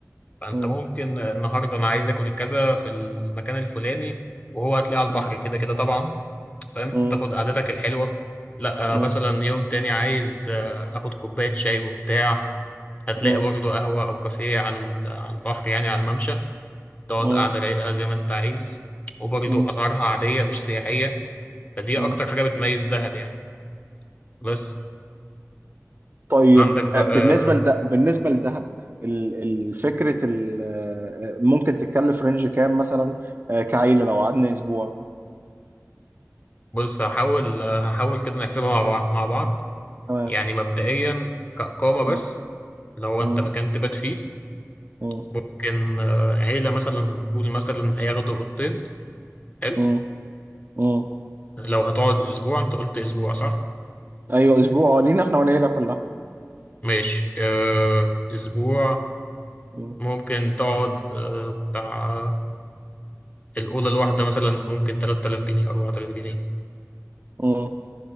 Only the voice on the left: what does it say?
فانت
ممكن النهارده انا عايز اكل كذا في المكان الفلاني وهو هتلاقيه على البحر
كده كده طبعا فاهم
تاخد قعدتك الحلوه لا
آه، مثلا يوم تاني عايز آه، اخد كوبايه شاي وبتاع هتلاقي
برضه قهوه او كافيه على ال- على البحر يعني على الممشى تقعد
قعده رايقه زي ما انت عايز وبرضه
اسعارها عاديه مش سياحيه فدي
اكتر حاجه بتميز دهب يعني بس
عندك بقى
آه،
بص هحاول آه، هحاول كده نحسبها مع بعض مع بعض
يعني مبدئيا كإقامة بس
لو
أنت مكان تبات فيه
ممكن آه، عيلة مثلا نقول مثلا هياخدوا أوضتين حلو
لو هتقعد أسبوع أنت قلت أسبوع صح؟
ماشي آه، أسبوع
ممكن تقعد آه، بتاع الأوضة الواحدة مثلا ممكن 3000 جنيه 4000 جنيه